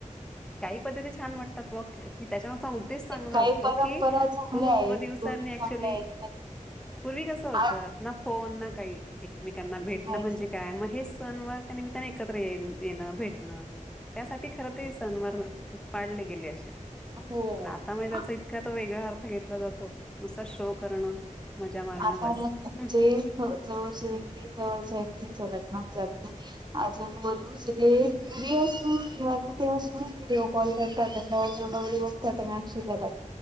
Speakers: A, in the centre; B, on the right (about 35°).
A: काही पद्धती छान वाटतात व कि त्याच्यावर उद्देश तेच चांगला
B: काही
A: असतो
B: परंपरा
A: की
B: चांगल्या
A: खूप
B: आहेत
A: दिवसांनी
B: गोडी
A: ऍक्च्युली
B: चांगल्या आहेत
A: पूर्वी कसं होतं
B: आ
A: ना फोन ना काही एकमेकांना भेटणं
B: नाही
A: म्हणजे काय मग हे सणवार त्या निमित्ताने एकत्र ये येणं भेटणं. त्यासाठी खर ते सणवार पाडले गेले असे.
B: हो
A: पण आता मग त्याचा
B: आ-
A: इतका तो वेगळा अर्थ घेतला जातो नुसता शो करणं. मजा मारणं
B: आता
A: बस
B: ल म्हणजे
A: हं,
B: जवळच्या एटी जवळच्या एकटीनच्या लग्ना जात नाही अजूनवरून घुरी असून किवा कुठे असून विडओ कॉल करतात <inaudible> <unintelligible>